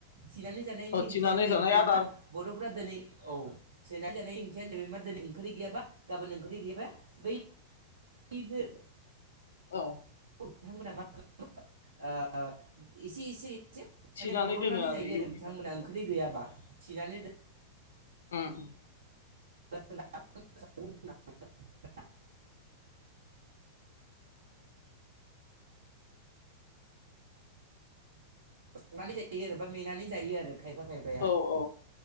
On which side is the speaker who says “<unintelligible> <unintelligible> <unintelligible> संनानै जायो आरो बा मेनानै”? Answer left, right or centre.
Right